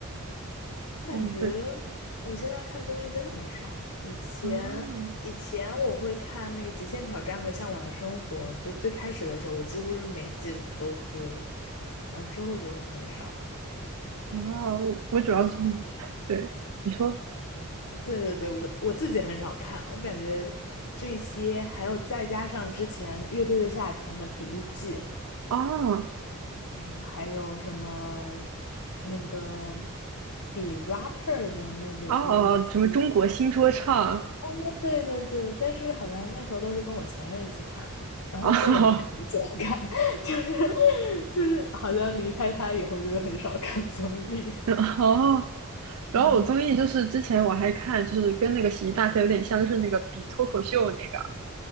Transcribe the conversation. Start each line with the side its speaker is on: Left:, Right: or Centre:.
Left: 我感觉
Right: <laughs> 嗯，对，
Left: 我现在看综艺真的很少。以前以前我会看那个《极限挑战》和《向往的生活》，
Right: 嗯。
Left: 就最开始的时候，我几乎是每季都追，然后之后就很少。
Right: 啊，我我主要是，对，你说，
Left: 对对对，我我自己很少看，我感觉这些还有再加上之前《乐队的夏天》的第一季，
Right: 啊
Left: 呃还有什么那个比 rapper 的那个第一季，
Right: 啊，什么中国新说唱
Left: 哦，对对对，但是好像那时候都是跟我前任一起看的，然后我个人不是很喜欢看，
Right: 啊
Left: <laughs> 就是就是好像离开他以后就很少看综艺。
Right: <laughs>，哦，然后我综艺就是之前我还看，
Left: 嗯，
Right: 就是跟那个喜剧大赛有点像，就是那个比脱口秀那个，